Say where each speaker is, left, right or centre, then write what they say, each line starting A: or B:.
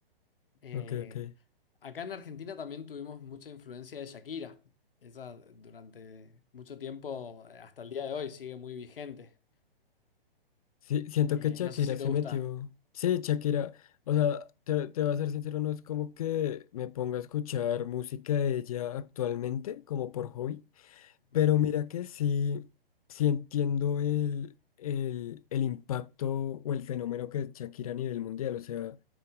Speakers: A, on the left; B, on the left.
A: Eh,
B: Ok, ok.
A: acá en Argentina también tuvimos mucha influencia de Shakira. Esa durante mucho tiempo, eh, hasta el día de hoy, sigue muy vigente.
B: Sí, siento
A: Eh,
B: que Shakira
A: no sé si
B: se
A: te gusta.
B: metió. Sí, Shakira, o sea, te, te voy a ser sincero, no es como que me ponga a escuchar música de ella actualmente, como por hobby,
A: Ujú.
B: pero mira que sí, sí entiendo el, el, el impacto o el fenómeno que es Shakira a nivel mundial, o sea,